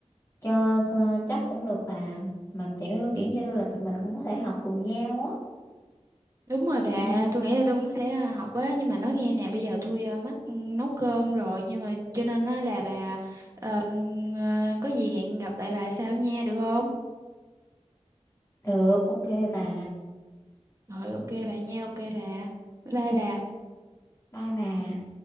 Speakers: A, on the left (about 25°); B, on the right (about 30°).
A: cho ờ, chắc cũng được bà mà kiểu kiểu như là tụi mình cũng có thể học cùng nhau á
B: Đúng rồi bà,
A: ừ,
B: tôi nghĩ là tôi cũng sẽ à, học á nhưng mà nói nghe nè, bây giờ tôi à, mắc nấu cơm rồi nhưng mà cho nên á là bà ờm, à, có gì hẹn gặp lại bà sau nha được không?
A: được ok bà
B: Rồi ok bà nha, ok bà. Bye bà. <laughs>
A: bye bà